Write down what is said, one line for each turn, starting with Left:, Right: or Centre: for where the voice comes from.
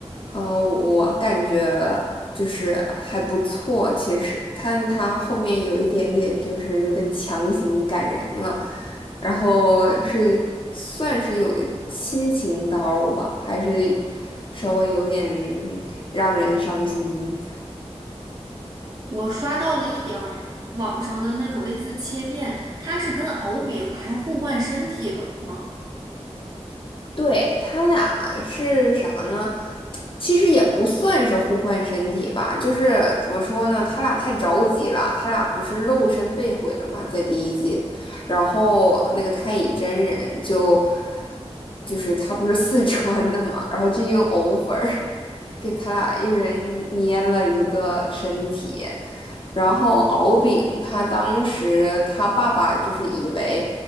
Left: 嗯，我感觉就是还不错，其实，但他后面有一点点就是有点强行感人了，然后是算是有亲情刀吧，还是稍微有点嗯让人伤心的。
Right: 我刷到了一点儿网上的那种类似切片，它是跟敖丙还互换身体了吗？
Left: 对，他俩是啥呢？其实也不算是互换身体吧，就是怎么说呢？他俩太着急了，他俩不是肉身被毁了嘛，在第一季，然后那个太乙真人就就是他不是四川的嘛，然后就用藕粉儿给他俩一人捏了一个身体，然后敖丙他当时他爸爸就是以为。